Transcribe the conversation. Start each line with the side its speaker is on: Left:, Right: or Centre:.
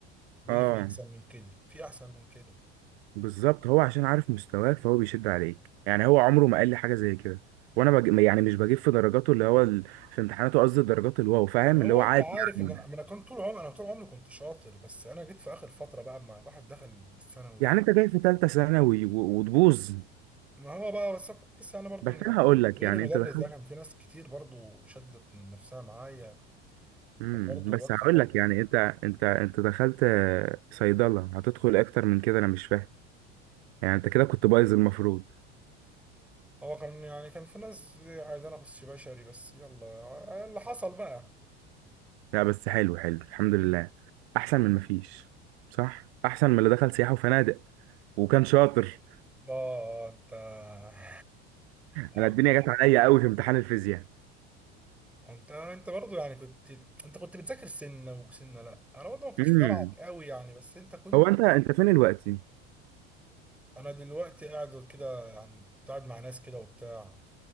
Centre: بيقول
Right: اه
Centre: لي في احسن من كده في احسن من كده
Right: بالظبط هو عشان عارف مستواك فهو بيشد عليك يعني هو عمره ما قال لي حاجه زي كده وانا بج... يعني مش بجيب في درجاته اللي هو ال... في امتحاناته قصدي درجات الواو فاهم
Centre: ما هو
Right: اللي هو
Centre: انت
Right: عادي
Centre: عارف
Right: يعني
Centre: ان انا أنا كان طول عمري انا طول عمري كنت شاطر بس انا جيت في اخر فتره بقى ما الواحد دخل الثانوي
Right: يعني
Centre: وكده
Right: انت جاي في ثالثه ثانوي و... وتبوظ
Centre: ما هو بقى بس كويس يعني برضو
Right: بس
Centre: ان
Right: انا
Centre: كان
Right: هقول لك
Centre: غير
Right: يعني
Centre: المدرس
Right: انت دخلت
Centre: ده كان في ناس كتير برضو شدت من نفسها معايا
Right: امم
Centre: كان برضو
Right: بس
Centre: الواد
Right: هقول
Centre: صاحبنا
Right: لك يعني انت انت انت دخلت آه، صيدله هتدخل اكتر من كده انا مش فاهم يعني انت كده كنت بايظ المفروض
Centre: هو كان يعني كان في ناس عايزين اخش بشري بس يلا اللي حصل بقى
Right: لا بس حلو حلو الحمد لله
Centre: مم.
Right: احسن من مفيش صح احسن من اللي دخل سياحه وفنادق وكان شاطر
Centre: اه انت <laughs> يا
Right: انا
Centre: عم
Right: الدنيا
Centre: خير.
Right: جت عليا قوي في امتحان الفيزياء
Centre: انت انت برضو يعني كنت انت كنت بتذاكر سنه وسنه لا انا برضو ما كنتش
Right: امم
Centre: بتابعك قوي يعني بس انت كنت
Right: هو انت انت فين دلوقتي
Centre: انا دلوقتي قاعد كده يعني كنت قاعد مع ناس كده وبتاع